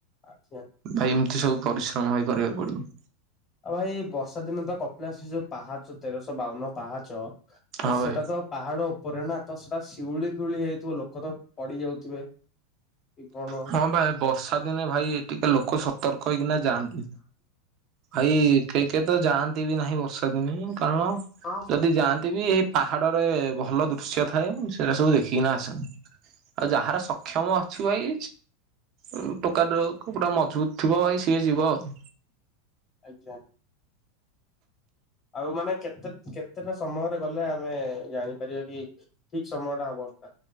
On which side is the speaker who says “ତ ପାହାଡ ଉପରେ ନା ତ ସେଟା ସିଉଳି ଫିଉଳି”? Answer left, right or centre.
Left